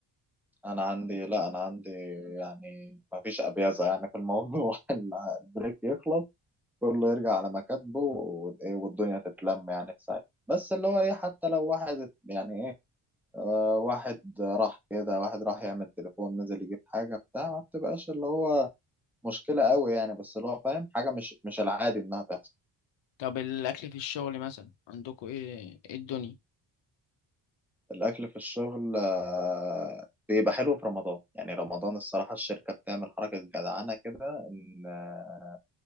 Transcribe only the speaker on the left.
طب الاكل في الشغل مثلا عندكوا ايه ايه الدنيا